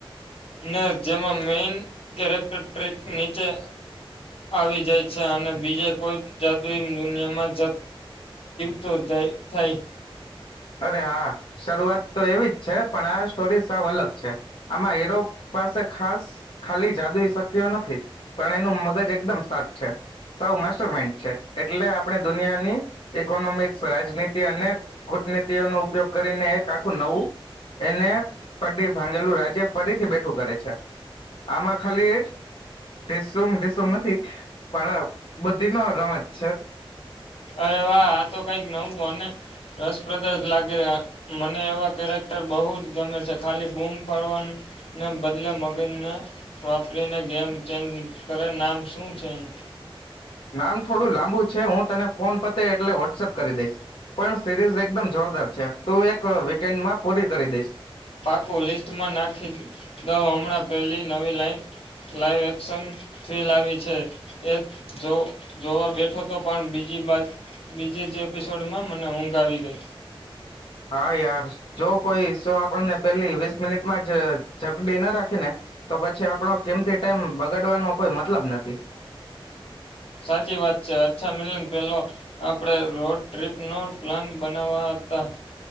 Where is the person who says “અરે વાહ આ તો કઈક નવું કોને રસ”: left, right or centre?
Left